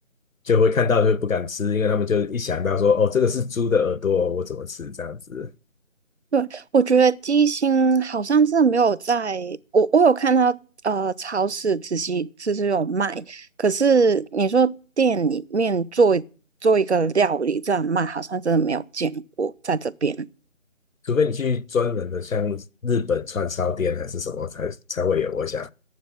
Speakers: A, on the left; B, on the right.
A: 就会看到就不敢吃，因为他们就一想到说，哦，这个是猪的耳朵，我怎么吃这样子？
B: 对，我觉得低心好像真的没有在，我我有看到呃超市只是只是有卖，可是你说店里面做做一个料理这样卖，好像真的没有见过在这边。
A: 除非你去专门的像日本串烧店还是什么才才会有，我想